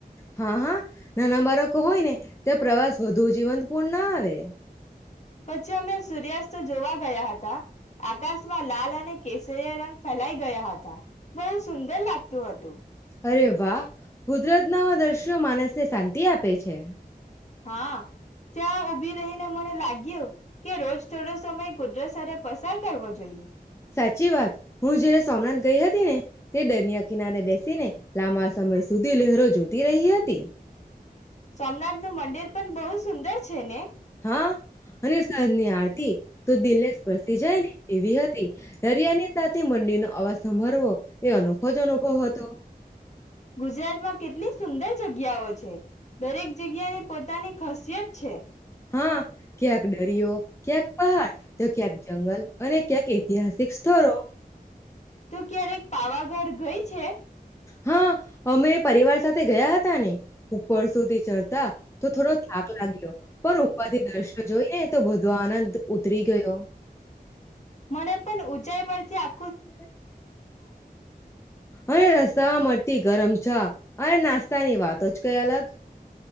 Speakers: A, on the left; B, on the left.
A: હા-હા નાના બાળકો હોય ને ત્યા પ્રવાસ વધુ જીવંતપૂર્ણ ન આવે.
B: પછી અમે સૂર્યાસ્ત જોવા ગયા હતા, આકાશમાં લાલ અને કેસરીયો રંગ ફેલાઈ ગયા હતાં બહુ સુંદર લાગ તું હતું.
A: અરે વાહ, કુદરતના દ્રશ્યો માનસને શાંતિ આપે છે.
B: હા. ચ્યાં ઊભી રહી ને મને લાગ્યો. કે રોજ થોડો સમય કુદરત સ થે પસાર કરવો જોઈએ.
A: સાચી વાત, હું જયારે સોમનાથ ગઈ હતી ને તે દરિયા કિનારે બેસીને લાંબા સમય સુધી લહેરો જોતી રહી હતી.
B: સોમનાથ નું મંદિર પણ બહુ જ સુંદર છે ને.
A: હા અને સાન્જની આરતી તો દિલને સ્પર્શી જાય ને એવી હતી, દરિયાની સાથે મંદિરનો અવાજ સાભરવો એ અનોખો જ અનુભવ હતો.
B: ગુજરાતમાં કેટલી સુંદર જગ્યાઓ છે. દરેક જગ્યાએ પોતાની ખાસિયત છે.
A: હા ક્યાંક દરિયો, ક્યાંક પહાડ તો ક્યાંક જંગલ અને ક્યાંક ઐતિહાસિક સ્થળો.
B: તો કયારેક પા પાવાગઢ ગઈ છે.
A: હા, અમે પરિવાર સાથે ગયા હતા ને ઉપર સુધી ચઢતા તો થોડો થાક લાગ્યો પણ ઉપરથી દ્રશ્યો જોઈ ને તો બધો આનંદ ઉતરી ગયો.
B: મને પણ ઊંચાઈ પરથી આ
A: <unintelligible> અરે રસ્તામાં મળતી ગરમ ચા અને નાસ્તા ની વાતો જ કઈ અ અલગ.